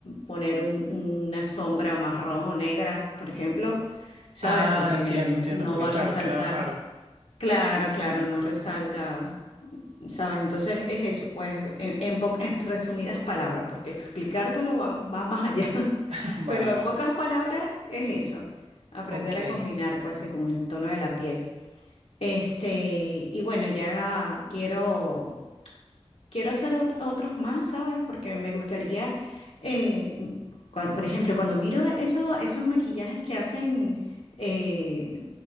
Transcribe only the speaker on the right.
Ah,
entiendo, entiendo,
porque
claro,
queda raro.
<laughs> Vale,
vale.
Ok.